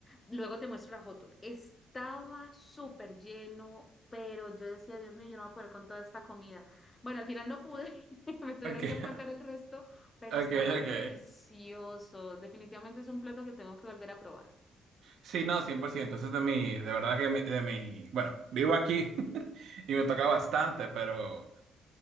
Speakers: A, on the left; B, on the right.
A: luego te muestro la foto. Estaba súper lleno. Pero yo decía, Dios mío, yo no voy a poder con toda esta comida. Bueno, al final no pude, <laughs> me tuvieron
B: Ok, <laughs>
A: que empacar el resto, pero
B: ok,
A: estaba
B: ok.
A: delicioso. Definitivamente es un plato que tengo que volver a probar.
B: Sí, no, 100%. Eso es de mi. De verdad que mi- de mi. Bueno, vivo aquí <laughs> y me toca bastante, pero.